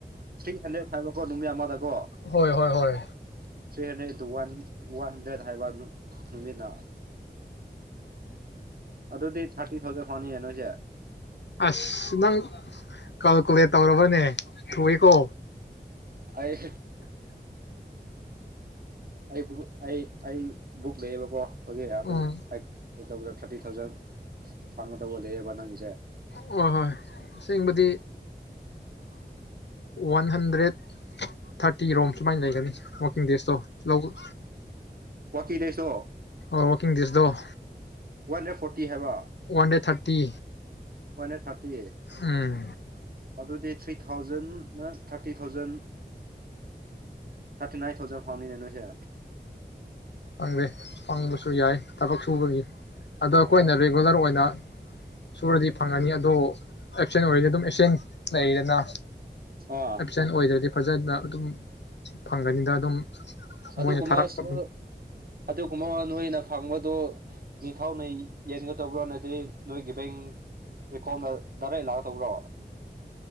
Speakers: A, on the right (about 55°); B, on the left (about 80°).
A: ꯊ꯭ꯔꯤ ꯍꯟꯗ꯭ꯔꯦꯗ ꯍꯥꯏꯕꯀꯣ ꯅꯨꯃꯤꯠ ꯑꯃꯗꯀꯣ
B: ꯍꯣꯏ ꯍꯣꯏ ꯍꯣꯏ
A: three hundred into one one hundred ꯍꯥꯏꯕ ꯅꯨꯃꯤꯠꯅ ꯑꯗꯨꯗꯤ ꯊꯥꯔꯇꯤ ꯊꯥꯎꯖꯟ ꯐꯪꯅꯤꯌꯦ ꯅꯣꯏꯁꯦ
B: ꯑꯁ ꯅꯪ ꯀꯜꯀꯨꯂꯦꯠ ꯇꯧꯔꯕꯅꯦ ꯊꯨꯏꯋꯦꯀꯣ
A: ꯑꯩ ꯑꯩꯕꯨ ꯑꯩ ꯑꯩ ꯕꯨꯛ ꯂꯩꯌꯦꯕꯀꯣ ꯍꯧꯖꯤꯛ ꯑꯗꯨ
B: ꯎꯝ
A: ꯀꯩ ꯇꯧꯕꯗ ꯊꯥꯔꯇꯤ ꯊꯥꯎꯖꯟ ꯐꯪꯒ ꯇꯧꯕ ꯂꯩꯌꯦꯕ ꯅꯪꯒꯤꯁꯦ
B: ꯍꯣꯏ ꯍꯣꯏ ꯑꯁꯦꯡꯕꯗꯤ ꯋꯥꯟ ꯍꯟꯗ꯭ꯔꯦꯠ ꯊꯥꯔꯇꯤ ꯔꯣꯝ ꯁꯨꯃꯥꯏꯅ ꯂꯩꯒꯅꯤ ꯑꯣꯦ <unintelligible>
A: ꯋꯥꯀꯤꯗꯦꯁꯣ
B: ꯑꯣ ꯋꯥꯛꯀꯤꯡ ꯗꯦꯖꯇꯣ
A: ꯋꯥꯟ ꯍꯟꯗ꯭ꯔꯦꯠ ꯐꯣꯔꯇꯤ ꯍꯥꯏꯕ
B: ꯋꯥꯟ ꯗꯦ ꯊꯥꯔꯇꯤ
A: ꯋꯥꯟ ꯍꯟꯗ꯭ꯔꯦꯠ ꯊꯥꯔꯇꯤ
B: ꯎꯝ
A: ꯑꯗꯨꯗꯤ ꯊ꯭ꯔꯤ ꯊꯥꯎꯖꯟ ꯅ thirty thousand thirty nine thousand ꯐꯪꯅꯤꯅꯦ ꯅꯣꯏꯁꯦ
B: ꯐꯪꯗꯦ ꯐꯪꯕꯁꯨ ꯌꯥꯏ ꯊꯕꯛ ꯁꯨꯕꯒꯤ ꯑꯗꯣ
A: ꯑꯣ
B: ꯑꯩꯈꯣꯏꯅ ꯔꯤ ꯔꯤꯒꯨꯂꯔ ꯑꯣꯏꯅ ꯁꯨꯔꯗꯤ ꯐꯪꯉꯅꯤ ꯑꯗꯣ ꯑꯦꯞꯁꯦꯟ ꯑꯣꯏꯔꯗꯤ ꯑꯗꯨꯝ ꯑꯦꯞꯁꯦꯟ ꯂꯩꯩꯔꯦꯅ
A: ꯑ
B: ꯑꯦꯞꯁꯦꯟ ꯑꯣꯏꯗ꯭ꯔꯗꯤ ꯐꯖꯅ ꯑꯗꯨꯝ ꯐꯪꯒꯅꯤꯗ ꯑꯗꯨꯝ
A: ꯑꯗꯨꯒ
B: ꯃꯣꯏꯅ ꯊꯥꯔꯛꯄ
A: ꯃꯁꯨ ꯑꯗꯨꯒꯃ ꯅꯣꯏ ꯅꯣꯏꯅ ꯐꯪꯕꯗꯣ ꯅꯤꯡꯊꯧꯅ ꯌꯦꯟꯒꯗꯧꯕ꯭ꯔꯥ ꯅꯠꯇꯔ ꯅꯣꯏꯒꯤ ꯕꯦꯡ ꯑꯦꯀꯣꯎꯟꯗ ꯇꯔꯦꯠ ꯂꯥꯛ ꯇꯧꯕ꯭ꯔꯣ